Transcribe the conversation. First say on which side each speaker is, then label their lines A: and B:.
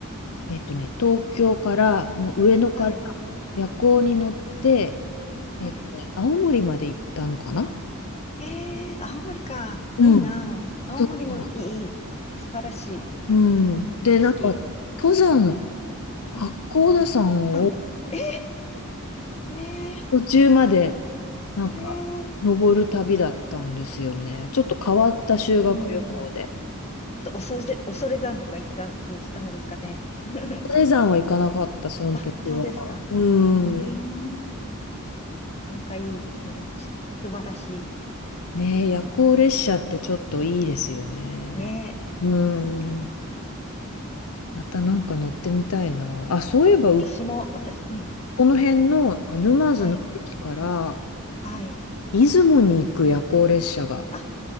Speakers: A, on the left; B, on the left.
A: えっとね、東京から、もう上野から
B: はい。
A: 夜行に乗って、
B: はい。
A: えっとね、青森まで行ったのかな
B: あ、ええー青森か。
A: うん。
B: いいな。青森もいい。
A: そうそう
B: いい素晴らしい。
A: うん。で、
B: 好き好き。
A: なんか、登山、八甲田山を
B: うん。うん。ええーえ
A: 途中まで、なんか、
B: え
A: 登る旅だったんですよね。ちょっと変わった修学旅行で。
B: ーうんうん。と、恐れ、恐山とか行ったりしたんですかね。<laughs>
A: 登山は行かなかった、その時は。
B: あ、そうですか。
A: うん。
B: うーん。仲いい。よろしい。素晴らし
A: ねえ、夜行列車ってちょっといいですよね。
B: い。ねえ。
A: うん。またなんか乗ってみたいな。あ、そういえば、
B: 私も、
A: う
B: 私、うん。
A: この辺のなんか沼津の駅から
B: はい。はい。
A: 出雲に行く夜行列車が。
B: あ、